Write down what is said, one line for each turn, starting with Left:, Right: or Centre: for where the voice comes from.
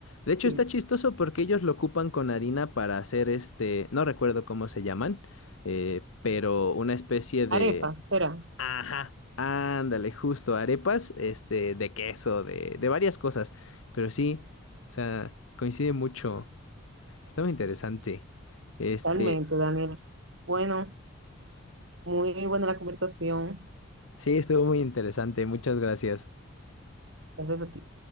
Left: De
Right: sí.
Left: hecho está chistoso porque ellos lo ocupan con harina para hacer este, no recuerdo cómo se llaman, eh, pero una especie de,
Right: Arepas, será,
Left: ajá, ándale, justo arepas, este, de queso, de, de varias cosas, pero sí, o sea, coincide mucho, está muy interesante. Este,
Right: realmente, Daniel. Bueno, muy buena la conversación.
Left: Sí, estuvo muy interesante. Muchas gracias.
Right: Gracias a ti.